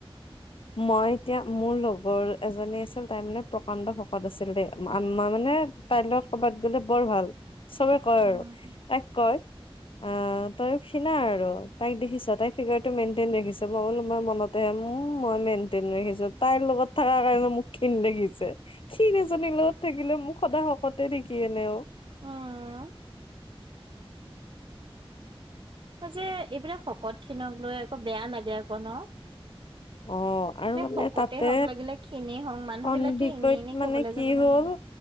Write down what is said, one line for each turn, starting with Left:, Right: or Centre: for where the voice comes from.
Left: মই এতিয়া মোৰ লগত। ৰ এজনী আছিল তাই মানে প্ৰকাণ্ড ভকত আছিলে আাৰ মানে তাইৰ লগত কৰ'বাত গ'লে বৰ। ভাল চবে কয়
Right: অ'
Left: আৰু তাইক কয়। অ তই সিনা আৰু তাইক দেখিছ তাইৰ ফিগাৰটো মেইন। মই বোলো মই মনতে হে মই মেইনটেইন ৰাখিছো তাইৰ লগত থকাৰ কাৰণে মোকিন দেখি। ক্ষীৰ এজনীৰ লগত থাকিলে মোক সদায় শকতে নেকি এনেও?
Right: আহ। যে এইবিলাক শকত খিনক লৈ আকৌ বেয়া লাগে আকৌ ন।
Left: অ হয় আৰু মানে
Right: শকতে
Left: তাতে
Right: হওক লাগিলে ক্ষীণেই হওক মানুহ
Left: অমবিকেট
Right: বিলাকে এনে এনে
Left: মানে
Right: কবলৈ
Left: কি
Right: যাব নালাগে
Left: হ'ল।